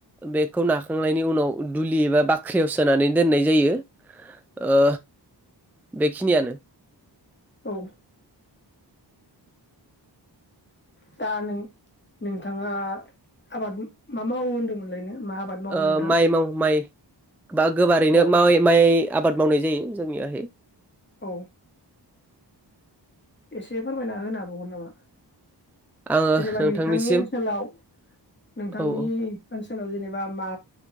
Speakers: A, in the centre; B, on the left.
A: बेखौ नाखांनायनि उनाव दुलि एबा बाख्रियाव सोनानै दोननाय जायो ओ बेखिनियानो
B: औ दा नों नोंथाङा आबाद मा मावो होनदोंमोनलायनो मा आबाद मावो
A: ओ
B: नोंथाङा
A: माइ माव माइ बा गोबारैनो
B: अ
A: माव माइ आबाद मावनाय जायो जोंनियाहाय
B: औ एसे फोरमायना होनो हाबावगोन नामा
A: आङो
B: जेनेबा
A: नोंथांनिसिम
B: नोंथांनि ओनसोलाव नोंथांनि
A: औ औ
B: ओनसोलाव जेनेबा मा